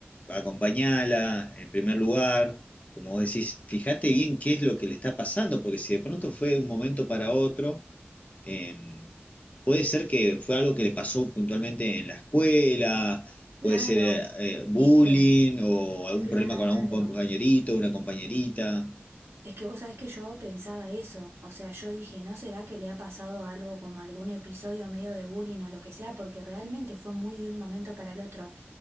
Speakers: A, on the left (about 35°); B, on the right (about 80°).
A: acompañala en primer lugar, como vos decís, fíjate bien qué es lo que le está pasando, porque si de pronto fue de un momento para otro, eh, puede ser que fue algo que le pasó puntualmente en la escuela,
B: Claro,
A: puede ser eh, bullying
B: es que,
A: o algún
B: claro.
A: problema con algún compañerito, una compañerita.
B: Es que vos sabés que yo pensaba eso, o sea, yo dije, ¿no será que le ha pasado algo como algún episodio medio de bullying o lo que sea? Porque realmente fue muy de un momento para el otro.